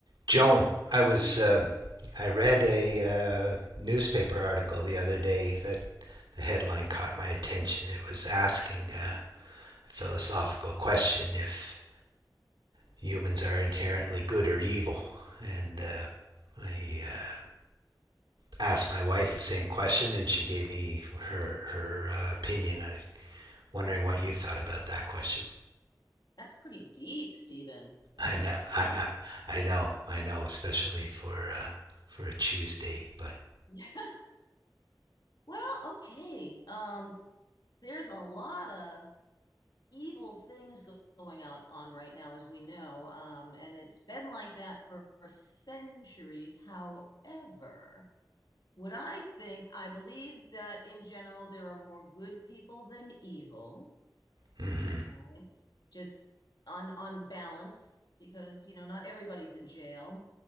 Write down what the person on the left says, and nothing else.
That's pretty deep, Stephen. That
is
a deep.
<laughs>
Yeah. Well, okay. Um, there's a lot of evil things go- going out on right now, as we know, um, and it's been like that for, for centuries. However, what I think, I believe that in general there are more good people than evil,
right? Just on on balance, because you know not everybody's in jail.